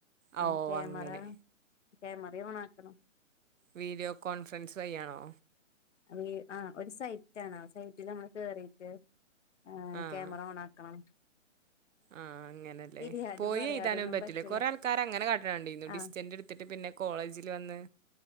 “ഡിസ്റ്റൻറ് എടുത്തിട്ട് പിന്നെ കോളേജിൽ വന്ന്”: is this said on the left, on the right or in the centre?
Right